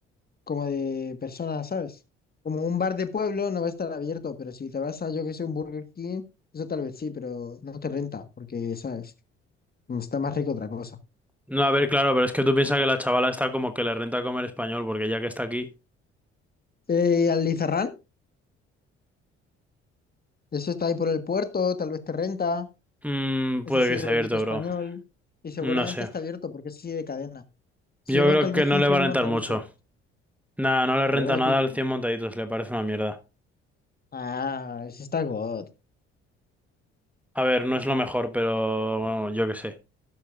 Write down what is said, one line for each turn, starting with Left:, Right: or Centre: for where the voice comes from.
Left: como de personas, ¿sabes? Como un bar de pueblo no va a estar abierto, pero si te vas a, yo que sé, un Burger King, eso tal vez sí, pero no te renta, porque, ¿sabes? Está más rico otra cosa.
Centre: No, a ver, claro, pero es que tú piensas que la chavala está como que le renta comer español, porque ya que está aquí,
Left: Eh, Alizarrán, eso está ahí por el puerto, tal vez te renta,
Centre: mm,
Left: es
Centre: puede
Left: así
Centre: que esté
Left: rollito
Centre: abierto,
Left: español,
Centre: bro.
Left: y seguramente
Centre: No sé.
Left: está abierto porque es así de cadena. Si
Centre: Yo
Left: no,
Centre: creo
Left: tal
Centre: que
Left: vez
Centre: no
Left: un
Centre: le
Left: 100
Centre: va a
Left: montaditos.
Centre: rentar mucho. Nada, no le renta
Left: Bueno,
Centre: nada
Left: ti-
Centre: al 100 montaditos, le parece una mierda.
Left: Ah, ese está God.
Centre: A ver, no es lo mejor, pero bueno, yo qué sé.